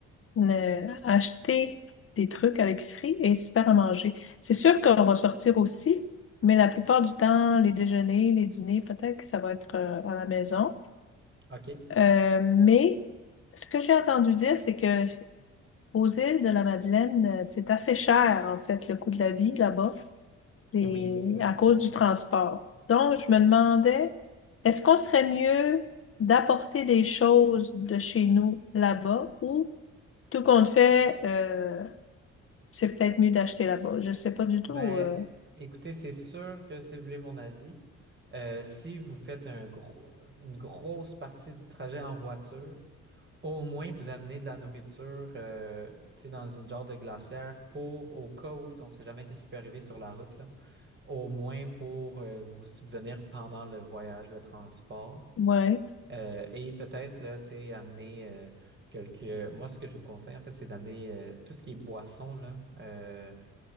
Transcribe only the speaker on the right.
OK.
Oui, oui.
euh,
Ben,
écoutez, c'est sûr que si vous voulez mon avis, euh, si vous faites un gros, une grosse partie du trajet en voiture, au moins vous amenez de la nourriture, euh, tu sais, dans une genre de glacière pour, au cas où, on ne sait jamais qu'est-ce qui peut arriver sur la route, là, au moins pour euh, vous subvenir pendant le voyage, le transport.
Euh, et peut-être, là, tu sais, amener euh, quelques... Moi, ce que je vous conseille, en fait, c'est d'amener euh, tout ce qui est boisson, là. euh,